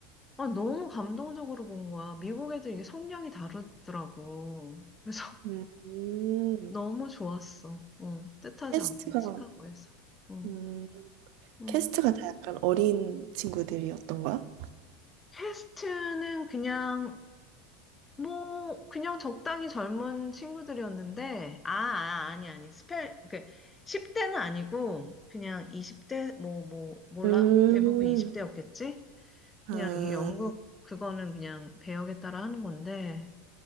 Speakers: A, on the left; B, on the right.
A: 아, 너무 감동적으로 본 거야. 미국 애들 이게 성향이 다르더라고. 그래서
B: 음, 음.
A: 너무 좋았어. 어, 뜻하지
B: 캐스트가,
A: 않게 시카고에서. 어,
B: 음,
A: 음.
B: 캐스트가 다 약간 어린 친구들이었던 거야?
A: 퀘스트는 그냥 뭐 그냥 적당히 젊은 친구들이었는데 아, 아 아니 아니 스펠 그 10대는 아니고 그냥 20대 뭐 뭐 몰라
B: 음,
A: 대부분 20대였겠지?
B: 아,
A: 그냥 이 영국 그거는 그냥 배역에 따라 하는 건데